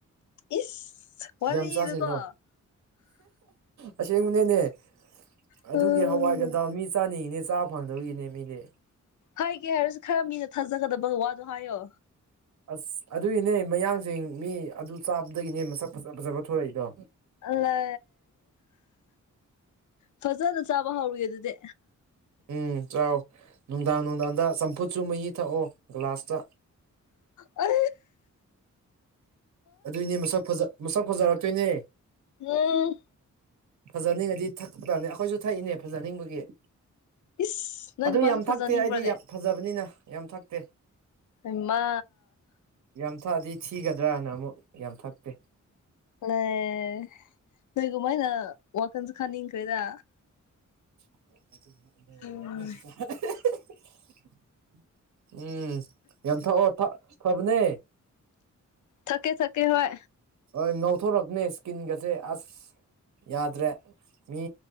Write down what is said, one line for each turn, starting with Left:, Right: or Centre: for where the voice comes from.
Left: ꯏꯁ ꯋꯥꯔꯤꯗꯨꯀꯣ
Right: ꯦꯝꯆꯥꯁꯦꯂꯣ ꯑꯁꯤꯁ ꯃꯅꯅꯦ ꯑꯗꯨꯒꯤ
Left: ꯎꯝ
Right: ꯍꯋꯥꯏꯒꯗ ꯃꯤ ꯆꯥꯅꯤꯡꯉꯤꯅꯦ ꯆꯥꯕ ꯐꯪꯗꯧꯒꯤꯅꯦ ꯃꯤꯅꯦ
Left: ꯍꯥꯏꯒꯦ ꯍꯥꯏꯔꯁꯨ ꯈꯔ ꯃꯤꯅ ꯊꯥꯖꯒꯗꯕꯒꯤ ꯋꯥꯗꯣ ꯍꯥꯏꯌꯣ
Right: ꯑꯁ ꯑꯗꯨꯒꯤꯅꯦ ꯃꯌꯥꯡꯁꯦ ꯃꯤ ꯑꯗꯨ ꯆꯥꯕꯗꯒꯤꯅꯦ ꯃꯁ ꯐꯖ ꯐꯖꯕ ꯊꯣꯔꯛꯏꯗꯣ
Left: ꯂ ꯐꯖꯅ ꯆꯥꯕ ꯍꯧꯔꯤ ꯑꯗꯨꯗꯤ
Right: ꯎꯝ ꯆꯥꯎ ꯅꯨꯡꯗꯥꯡ ꯅꯨꯡꯗꯥꯡꯗ ꯆꯝꯐꯨꯠꯁꯨ ꯃꯍꯤ ꯊꯛꯑꯣ ꯒ꯭ꯂꯥꯁꯇ
Left: ꯑ
Right: ꯑꯗꯨꯏꯅꯦ ꯃꯁꯛ ꯃꯁꯛ ꯐꯖꯔꯛꯇꯣꯏꯅꯦ
Left: ꯎꯝ
Right: ꯐꯖꯅꯤꯡꯉꯗꯤ ꯊꯛꯄꯇꯥꯕꯅꯦ ꯑꯩꯈꯣꯏꯁꯨ ꯊꯛꯏꯅꯦ ꯐꯖꯅꯤꯡꯕꯒꯤ
Left: ꯏꯁ ꯅꯣꯏ
Right: ꯑꯗꯨ
Left: ꯅꯨꯄꯥꯁꯨ
Right: ꯌꯥꯝ
Left: ꯐꯖꯅꯤꯡꯕ꯭ꯔꯅꯦ
Right: ꯊꯛꯇꯦ ꯑꯩꯗꯤ ꯌꯥꯝ ꯐꯖꯕꯅꯤꯅ ꯌꯥꯝ ꯊꯛꯇꯦ
Left: ꯍꯩꯃꯥ
Right: ꯌꯥꯝ ꯊꯛꯑꯗꯤ ꯊꯤꯒꯗ꯭ꯔꯥꯅ ꯑꯃꯨꯛ ꯌꯥꯝ ꯊꯛꯇꯦ
Left: ꯑꯦ ꯅꯣꯏꯒꯨꯝꯃꯥꯏꯅ ꯋꯥꯈꯟꯁꯦ ꯈꯟꯅꯤꯡꯈ꯭ꯔꯦꯗ
Right: ꯍꯦꯍꯦ
Left: ꯎꯝ
Right: <unintelligible> ꯎꯝ ꯌꯥꯝ ꯊꯛꯑꯣ ꯐꯕꯅꯦ
Left: ꯊꯛꯀꯦ ꯊꯛꯀꯦ ꯍꯣꯏ
Right: ꯍꯣꯏ ꯉꯧꯊꯣꯔꯛꯄꯅꯦ ꯁ꯭ꯀꯤꯟꯒꯁꯦ ꯑꯁ ꯌꯥꯗ꯭ꯔꯦ ꯃꯤ